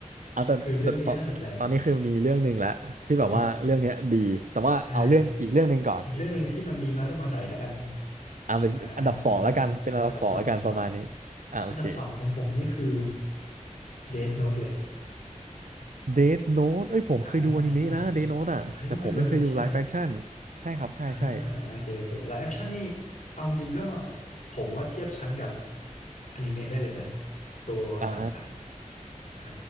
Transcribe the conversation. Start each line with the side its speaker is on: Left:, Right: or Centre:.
Right: เอาแต่แต่ตอนตอนนี้คือมีเรื่องหนึ่งแล้วที่แบบว่าเรื่องเนี้ยดีแต่ว่าเอาเรื่องอีกเรื่องหนึ่งก่อน
Left: คือเรื่องนี้ก็น่าสนใจ ผมมิสใช่อีกเรื่องหนึ่งที่นนดีน้อยลงมาหน่อยแล้วกัน
Right: อ่าเป็นอันดับสองแล้วกันเป็นอันดับสองแล้วกันประมาณนี้
Left: อ่าอ่าอันดับสอง อันดับสอง
Right: อ่าโอเค
Left: อันดับสองของผมนี่คือ Death Note เลย
Right: เดธโน้เอ้ยผมเคยดูอนิเมะนะเดธโน
Left: อ่า
Right: t e อ่ะแต่ผมไม่เคยดูไลฟ์แฟคชั่น
Left: อันนี้คุณเคยดูอนิเมะใช่ไหม
Right: ใช่ครับใช่ใช่
Left: อ่าอ่าโอเคโอเคไลฟ์แอคชั่นนี่เอาจริงๆก็ผมว่าเทียบชั้นกับอนิเมะได้เลยนะตัวหนังอ่ะ
Right: อ่า
Left: อ่า